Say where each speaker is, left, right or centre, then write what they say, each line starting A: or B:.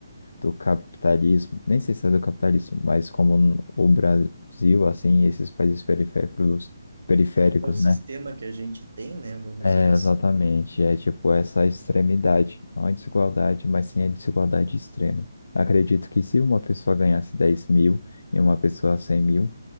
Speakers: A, on the left; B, on the right.
A: do capitalismo, nem sei se é do capitalismo, mas como o Brasil, assim, esses países periféricos periféricos,
B: É o sistema
A: né?
B: que a gente tem, né? Vamos
A: É,
B: dizer assim.
A: exatamente. É tipo essa extremidade. Não a desigualdade, mas sim a desigualdade extrema. Acredito que se uma pessoa ganhasse dez mil e uma pessoa cem mil,